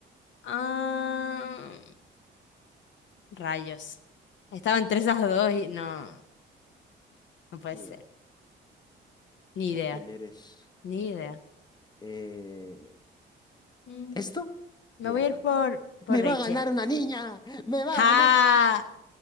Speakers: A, on the left; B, on the left.
A: Ah, rayos. Estaba entre esas dos y no, no puede
B: Mío,
A: ser. Ni
B: ¿tú
A: idea,
B: quién eres?
A: ni idea.
B: Eh,
A: Mm.
B: ¿esto?
A: Me
B: Miércoles.
A: voy a ir por, por
B: ¡Me
A: Rachel.
B: va a ganar una niña! ¡Me va
A: ¡Ja!
B: a ganar una niña!